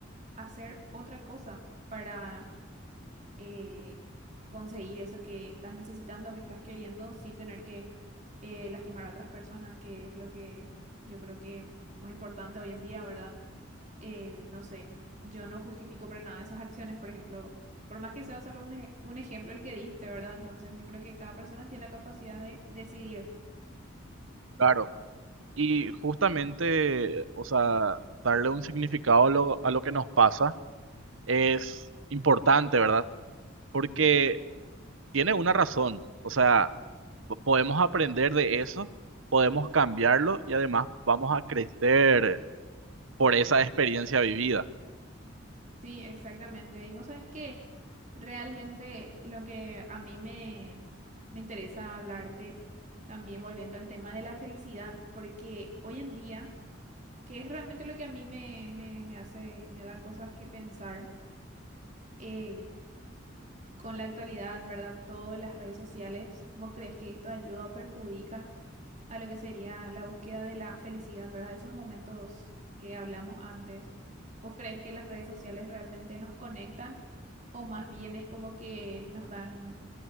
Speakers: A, on the right; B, on the right.
A: hacer otra cosa para eh, conseguir eso que estás necesitando, que estás queriendo, sin tener que eh, lastimar a otras personas, que es lo que yo creo que muy importante hoy en día, ¿verdad? eh, no sé, yo no justifico para nada esas acciones, por ejemplo, por más que sea solo un, e- un ejemplo el que diste, ¿verdad? Entonces yo creo que cada persona tiene la capacidad de decidir.
B: Claro. Y justamente, o sea, darle un significado a lo, a lo que nos pasa es importante, ¿verdad? Porque tiene una razón, o sea, po- podemos aprender de eso, podemos cambiarlo y además vamos a crecer por esa experiencia vivida.
A: Sí, exactamente. Y vos sabés que realmente lo que a mí me, me interesa hablarte, también volviendo al tema de la felicidad, porque hoy en día, que es realmente lo que a mí me, me, me hace, me da cosas que pensar, eh, con la actualidad, ¿verdad? Todas las redes sociales, ¿vos crees que esto ayuda o perjudica a lo que sería la búsqueda de la felicidad, ¿verdad? De esos momentos que hablamos antes. ¿Vos crees que las redes sociales realmente nos conectan o más bien es como que nos dan,